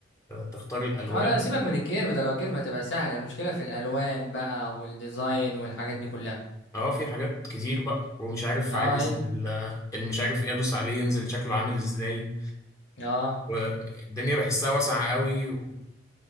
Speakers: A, on the left (about 15°); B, on the left (about 85°).
A: تختار الألوان
B: اه لا سيبك من الكيرف ده لو كيرف هتبقى سهلة المشكلة في الالوان بقى والديزاين والحاجات دي كلها
A: اه في حاجات كتير بقى ومش عارف
B: اه
A: عايز
B: هي
A: ال- المش عارف ايه ادوس عليه ينزل شكله عامل ازاي
B: اه
A: والدنيا بحسها واسعة قوي و...